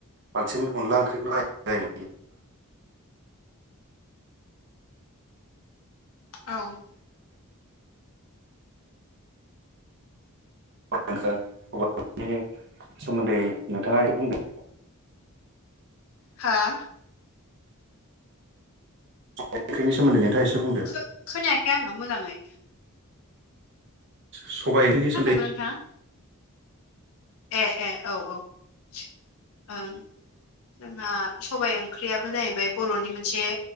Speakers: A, on the right; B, on the left.
A: बांसिन अनला ओंख्रिखौ राय
B: औ
A: <unintelligible> नि सोमोन्दै नोंथाङा ए बुंदों।
B: हा?
A: <unintelligible> ओंख्रिनि सोमोन्दै नोंथाङा एसे बुंदो।
B: खो-खोनायाखै आङो मोजाङै।
A: स-सबायाइ ओंख्रिनि सोमोनदै
B: गौ नोंथां। ए ए औ औ ओं। जोंहा सबायाइ ओंख्रियाबो जाहैबाय बर'नि मोनसे